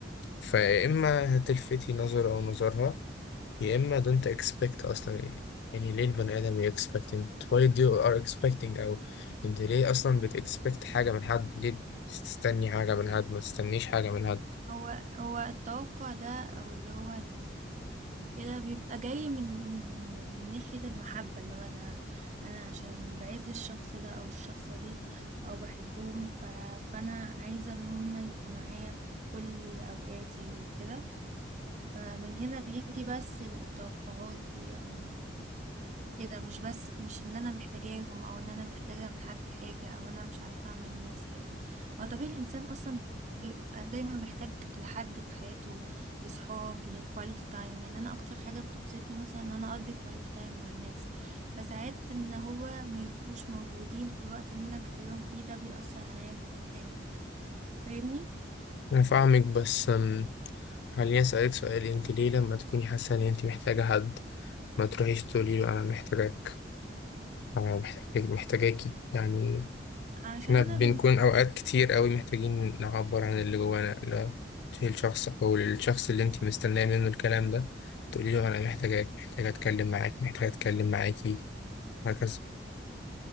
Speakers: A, on the left (about 65°); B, on the right (about 40°).
A: فيا إما هتلفتي نظره أو نظرها يا إما don't expect أصلا يعني ليه البني آدم ي expecting why do you are expecting أو أنت ليه أصلا بت expect حاجة من حد ليه تستني حاجة من حد ما تستنيش حاجة من حد
B: هو هو التوقع ده او اللي هو ال- كده بيبقى جاي من من من ناحية المحبة اللي هو انا انا عشان بعز الشخص ده او الشخصة دي او بحبهم ف... فانا عايزة ان هم يبقوا معايا في كل اوقاتي وكده فمن هنا بيجي بس التوقعات دي أو كده مش بس مش ان انا محتاجاهم او ان انا محتاجة من حد حاجة او انا مش عارفة اعمل من نفسي حاجة هو طبيعي الانسان اصلا بيبقى دايما محتاج لحد في حياته لصحاب لكواليتي تايم يعني انا اكتر حاجة بتبسطني مثلا ان انا اقضي كواليتي تايم مع الناس فساعات ان هو ما يبقوش موجودين في الوقت اللي انا محتاجاهم فيه ده بيأثر عليا جامد فاهمني
A: أنا فاهمك بس أم، خليني أسألك سؤال أنت ليه لما تكوني حاسة إن أنت محتاجة حد ما تروحيش تقولي له انا محتاجاك انا محتاج محتاجاكي يعني
B: عشان
A: احنا
B: انا
A: بنكون اوقات كتير قوي محتاجين نعبر عن اللي جوانا لا تشيل شخص او الشخص اللي انت مستنيه منه الكلام ده تقولي له انا محتاجاك محتاجه اتكلم معاك محتاجه اتكلم معاكي وهكذا